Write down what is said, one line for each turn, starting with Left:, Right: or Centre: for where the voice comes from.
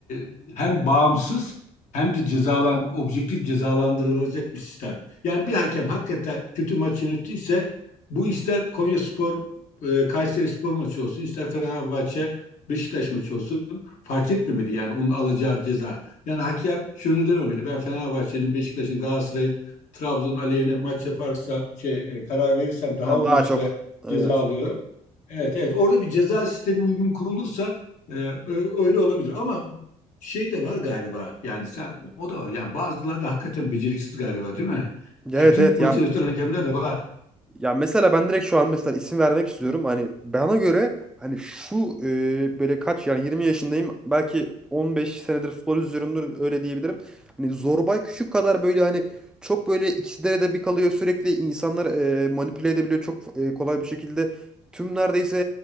Left: e, hem bağımsız hem de cezalan, objektif cezalandırılacak bir sistem. Yani bir hakem hakikaten kötü maç yönettiyse bu ister Konyaspor e, Kayserispor maçı olsun, ister Fenerbahçe Beşiktaş maçı olsun fark etmemeli yani onun alacağı ceza. Yani hakem şunu dememeli. Ben Fenerbahçe'nin, Beşiktaş'ın, Galatasaray'ın Trabzon aleyhine maç yaparsa şey, e, karar verirsem daha
Centre: Ha,
Left: uzun
Centre: daha
Left: süre
Centre: çok. Evet.
Left: ceza alıyorum. Evet, evet. Orada bir ceza sistemi uygun kurulursa e, ö- öyle olabilir. Ama şey de var galiba. Yani sen o da var. Yani bazıları da hakikaten beceriksiz galiba değil mi?
Centre: Evet
Left: Kötü
Centre: evet
Left: maçı
Centre: ya
Left: yöneten hakemler de var.
Centre: Ya mesela ben direkt şu an mesela isim vermek istiyorum. Hani bana göre hani şu e, böyle kaç yani 20 yaşındayım. Belki 15 senedir futbol izliyorumdur öyle diyebilirim. Hani Zorbay Küçük kadar böyle hani çok böyle ikizlere de bir kalıyor sürekli insanlar e, manipüle edebiliyor çok e, kolay bir şekilde. Tüm neredeyse